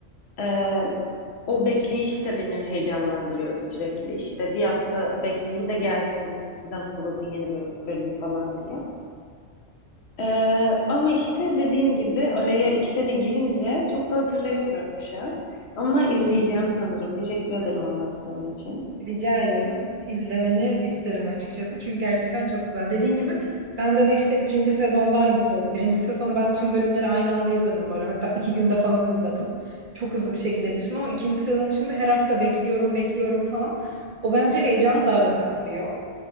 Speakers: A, on the left; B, on the right.
A: Ee, o bekleyiş de beni heyecanlandırıyordu sürekli. İşte bir hafta bekleyeyim de gelsin Last of Us'ın yeni bölüm- bölümü falan diye. Ee, ama işte dediğim gibi araya iki sene girince çok da hatırlayamıyorum şu an. Ama izleyeceğim sanırım. Teşekkür ederim
B: Evet.
A: anlattığın için.
B: Rica ederim. İzlemeni isterim açıkçası. Çünkü gerçekten çok güzel. Dediğin gibi bende de işte ikinci sezonda aynısı oldu. Birinci sezonu ben tüm bölümleri aynı anda izledim böyle. Hatta iki günde falan izledim. Çok hızlı bir şekilde bitirdim ama ikinci sezonu şimdi her hafta bekliyorum, bekliyorum falan. O bence heyecanı daha da katlıyor.